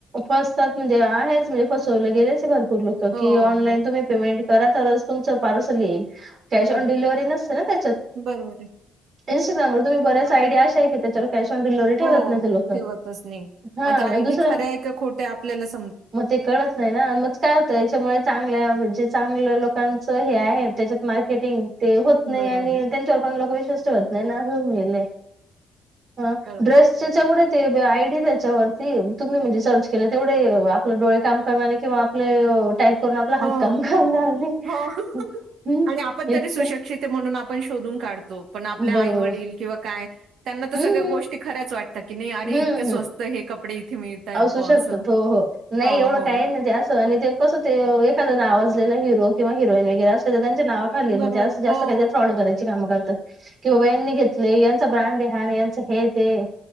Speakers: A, on the right (about 55°); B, on the right (about 75°).
A: फसतात म्हणजे आहेच म्हणजे फसवलं गेलेच भरपूर लोक,
B: हो,
A: की ऑनलाईन
B: हो.
A: तुम्ही पेमेंट करा तरच तुमचं पार्सल येईल. कॅश
B: हं,
A: ऑन डिलव्हरी नसते ना त्याच्यात.
B: बरोबर आहे.
A: इंस्टाग्रामवर तुम्ही बऱ्याच साईड या अशा आहे की, त्याच्यावर कॅश ऑन डिलिव्हरी
B: हो,
A: ठेवत नाही ही लोक
B: ठेवतच नाही.
A: हा
B: आणि आयडी
A: दुसरं
B: खऱ्या आहे त्या खोट्या आपल्यालाच
A: मग ते कळत नाही ना, मग काय होत याच्यामुळे चांगल्या म्हणजे चांगल्या लोकांच हे आहे त्याच्यात मार्केटिंग ते होत नाही,
B: बरोबर
A: आणि
B: आहे,
A: त्यांच्यावर पण लोक विश्वास ठेवत नाही ना हो नेलय, हं
B: बरोबर
A: ड्रेसचेच
B: आहे.
A: एव्हढे तेबी आयडीच त्याच्यावरती, तुम्ही म्हणजे केले तेवढे आपले डोळे काम करन्याने किंवा आपले टाईप करून आपला हात
B: हो.
A: काम करणार नाही.
B: हो.
A: हुम
B: आणि आपण
A: इतकं
B: तरी सुशिक्षित आहे म्हणून आपण शोधून काढतो, पण आपल्या
A: बरोबर
B: आई वडील किंवा काय त्यांना तर
A: हम्म
B: सगळ्या गोष्टी खऱ्याच वाट आता की नाही, अरे
A: हम्म
B: इतके स्वस्त
A: हम्म
B: हे कपडे. मिळतायत
A: असू
B: बुवा
A: शकतात
B: असं.
A: हो हो नाही,
B: हो,
A: एवढं
B: हो.
A: काय ना ते असं आणि ते कस ते एखादं नावजलेला हिरो किंवा हिरोईन वगैरे असे तर त्यां नावाखाली म्हजे
B: बरोबर.
A: जास्त जास्त
B: हो,
A: काय, तर फ्रॉड करायचं. करतात की बाबा यांनी घेतलय, यांच ब्रँड आणि यांच हे ते